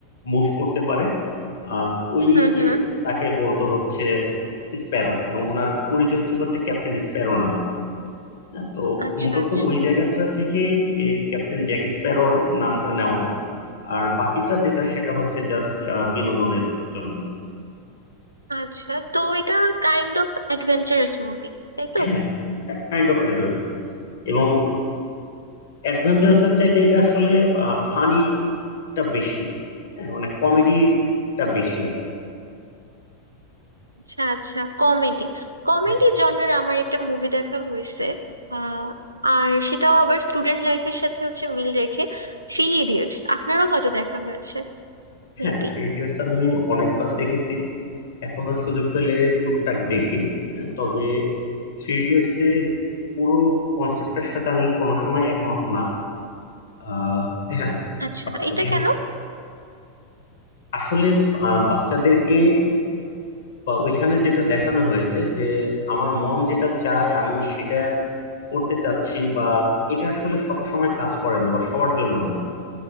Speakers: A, on the left (about 65°); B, on the right (about 85°).
A: মুভ করতে পারে আহ ওই
B: হুম
A: ইয়ে
B: হুম
A: থেকে তাকে বলতো হচ্ছে স্প্যারো এবং ওনার পরিচয় ছিল হচ্ছে ক্যাপ্টেন স্প্যারো নামে হ্যাঁ, তো
B: আচ্ছা
A: মূলত
B: আচ্ছা
A: ওই জায়গাটা থেকেই এই ক্যাপ্টেন জ্যাক স্প্যারো নামটা নেওয়া আর বাকিটা যেটা সেটা হচ্ছে জাস্ট বিনোদনের জন্য
B: আচ্ছা তো এটা কাইন্ড অফ অ্যাডভেঞ্চারাস মুভি তাই তো
A: <coughs> কাইন্ড অফ অ্যাডভেঞ্চারাস এবং অ্যাডভেঞ্চারাসের চাইতে এটা আসলে ফানিটা বেশি হ্যাঁ মানে কমেডিটা বেশি আর কি
B: আচ্ছা আচ্ছা কমেডি কমেডি
A: হ্যাঁ
B: জনরার আমার একটা মুভি দেখা হয়েছে আহ আর সেটাও আবার স্টুডেন্ট লাইফের সাথে হচ্ছে মিল রেখে থ্রি ইডিয়টস আপনারও হয়তো দেখা হয়েছে
A: হ্যাঁ
B: মেবি
A: থ্রি ইডিয়টস আমি অনেকবার দেখেছি এখনো সুযোগ পেলে টুকটাক দেখি হ্যাঁ, তবে থ্রি ইডিয়টস এর পুরো কনসেপ্টের সাথে আমি কোনো সময় একমত না আহ, হ্যাঁ
B: আচ্ছা
A: বাচ্চাদের
B: এটা কেন
A: আসলে আহ, বাচ্চাদেরকে বা ওইখানে যেটা দেখানো হয়েছে যে আমার মন যেটা চায় আমি সেটা করতে চাচ্ছি বা এটা আসলে সব সময় কাজ করে না বা সবার জন্য না